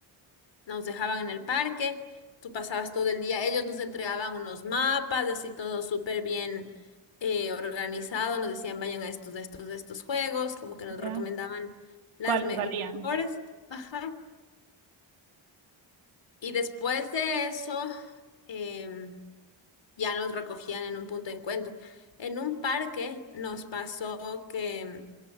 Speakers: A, on the left; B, on the right.
A: nos dejaban en el parque, tú pasabas todo el día, ellos nos entregaban unos mapas, así todo súper bien eh, organizado, nos decían vayan a estos, a estos, a estos juegos, como que nos
B: ya.
A: recomendaban las
B: ¿Cuáles
A: me-
B: valían?
A: los mejores. Ajá. Y después de eso... em, ya nos recogían en un punto de encuentro. En un parque nos pasó que